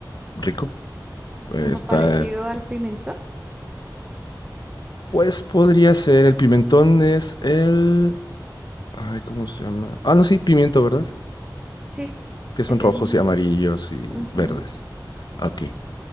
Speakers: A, on the left (about 65°); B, on the right (about 15°).
A: rico. Eh,
B: Como
A: está
B: parecido al pimentón.
A: Pues podría ser, el pimentón es el... Ay, ¿cómo se llama? Ah, no, sí, pimiento, ¿verdad?
B: Sí,
A: Que
B: es
A: son rojos
B: el mismo.
A: y amarillos y
B: Ujú.
A: verdes. Aquí.